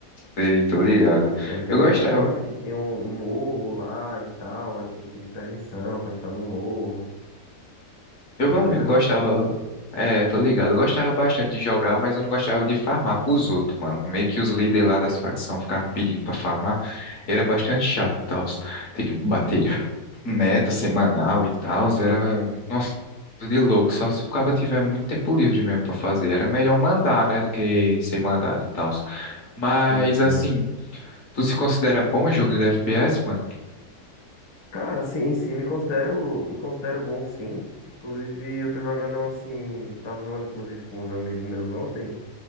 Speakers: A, on the left; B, on the left.
A: sei, tô ligado.
B: Servidor
A: Eu gostava,
B: do RJ que tinha um, um morro lá e tal. Aí tem que pedir permissão pra entrar no morro.
A: eu
B: E
A: go-
B: da melhor
A: gostava,
B: forma.
A: é, tô ligado. Eu gostava bastante de jogar, mas eu não gostava de farmar pros outros, mano. Meio que os líderes lá das facções ficavam pedindo pra farmar. Era bastante chato, tal. Ter que bater meta semanal e tal. Era, nossa, de louco. Só se o cara tiver muito tempo livre mesmo pra fazer. Era melhor mandar, né, do que ser mandado e tal. Mas
B: Sim, sim.
A: assim, tu se considera bom em jogos de FPS, mano?
B: Cara, sim, sim, me considero, me considero bom sim. Inclusive, eu tô jogando assim. Tava jogando, inclusive, com uns amigos meus ontem.